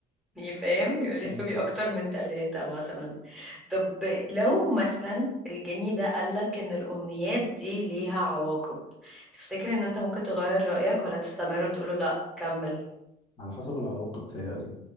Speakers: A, in the centre; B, on the left.
A: يعني فاهم يقول لي
B: ايوه
A: اطلبي اكتر من ثلاثه مثلا طب لو مثلا الجني ده قال لك ان الامنيات دي ليها عواقب تفتكر ان انت ممكن تغير رايك ولا تستمر وتقول له لا كمل
B: على حسب العواقب تهيألي